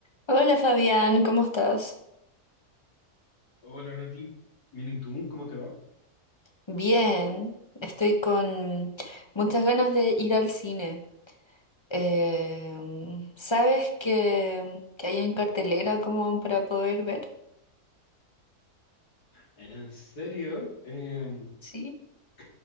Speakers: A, on the left; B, on the left.
A: Hola Fabián, ¿cómo estás?
B: Hola Nati, bien y tú, ¿cómo te va?
A: Bien, estoy con muchas ganas de ir al cine. Em, ¿sabes qué, qué hay en cartelera como para poder ver?
B: En serio, Em,
A: Sí.
B: <clears throat>